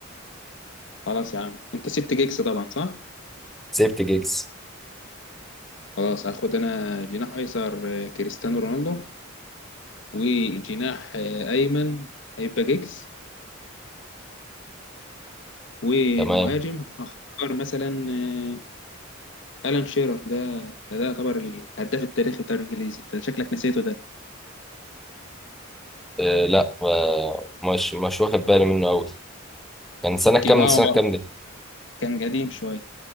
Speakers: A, on the left (about 65°); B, in the centre.
A: خلاص يا عم انت سبت جيكس طبعا صح
B: سيبت جيجز
A: خلاص هاخد انا جناح ايسر آه، كريستيانو رونالدو وجناح آه، ايمن هيبقى جيكس والمهاجم
B: تمام
A: هختار مثلا آه، الان شيرر ده ده, ده يعتبر الهداف التاريخي بتاع الانجليزي انت شكلك نسيته ده
B: آه لا آه مش مش واخد بالي منه قوي كان سنه
A: يمكن
B: كام
A: اه
B: سنه كام دي
A: كان قديم شويه